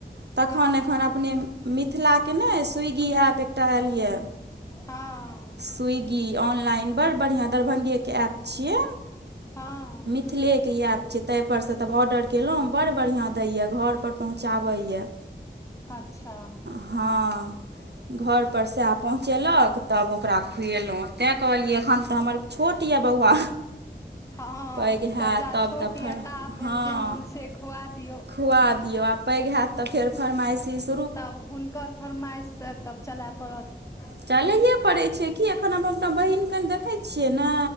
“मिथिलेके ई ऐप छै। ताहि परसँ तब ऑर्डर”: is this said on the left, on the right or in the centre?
Right